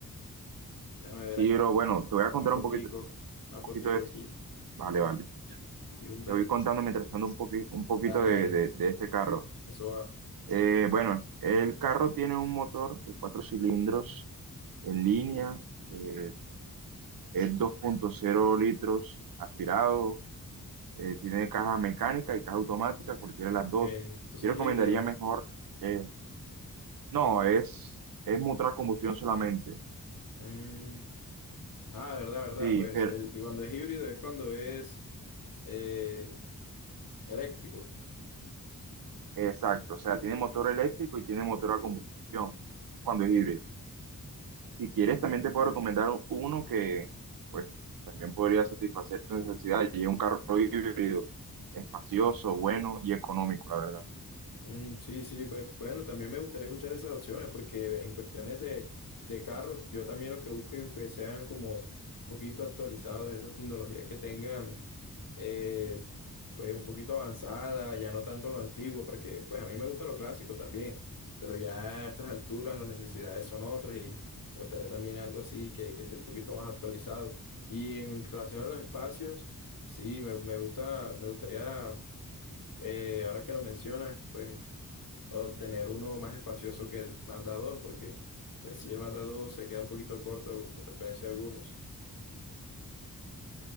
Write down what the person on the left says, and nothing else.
Déjame ver
acá
Una fotico,
una fotico
aquí.
Hyundai.
Dale,
dale.
Eso va. Ok,
Entonces
es híbrido.
Mm, Ah, verdad, verdad.
Pues
el, y cuando es híbrido es cuando es eh, eléctrico.
Ok.
Mm, sí, sí, pues bueno, también me gustaría escuchar esas opciones porque en cuestiones de, de carros, yo también lo que busco es que sean como un poquito actualizados, esa tecnología que tengan, eh, pues un poquito avanzada, ya no tanto lo antiguo, porque pues a mí me gusta lo clásico también, pero ya a estas alturas las necesidades son otras y me gustaría también algo así que, que esté un poquito más actualizado. Y en relación a los espacios, sí, me, me gusta, me gustaría eh, ahora que lo mencionas, pues obtener uno más espacioso que el Mazda 2, porque pues si el Mazda 2 se queda un poquito corto en referencia a algunos.